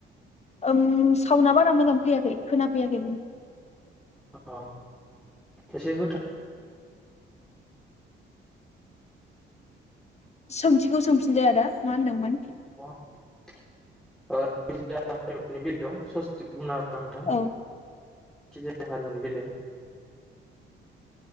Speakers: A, on the left; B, in the centre.
A: ओम साउनआ बारा मोजां फैयाखै खोनाफैयाखै नों
B: औ एसे होथ
A: सोंथिखौ सोंफिनलाय आदा मा होनदोंमोन।
B: <unintelligible> बेलायाव ससे। <unintelligible> हागोनना नोंथां?
A: औ
B: खिजाया हारिमुनि बेलायाव।